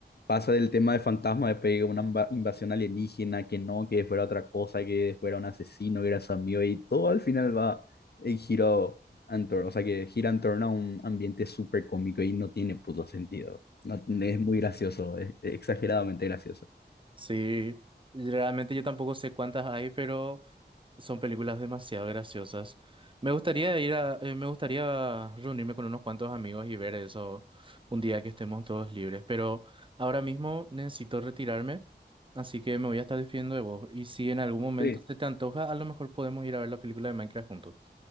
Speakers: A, on the left; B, on the right.
A: pasa del tema de fantasma, de pedir una inva- invasión alienígena, que no, que fuera otra cosa, que después era un asesino, que era su amigo, y todo al final va el giro en torno- o sea, que gira en torno a un ambiente súper cómico y no tiene puto sentido. No, es muy gracioso, es exageradamente gracioso.
B: Sí, realmente yo tampoco sé cuántas hay, pero son películas demasiado graciosas. Me gustaría ir a, eh, me gustaría reunirme con unos cuantos amigos y ver eso un día que estemos todos libres, pero ahora mismo necesito retirarme, así que me voy a estar despidiendo de vos. Y si en algún momento
A: Sí.
B: se te antoja, a lo mejor podemos ir a ver la película de Minecraft juntos.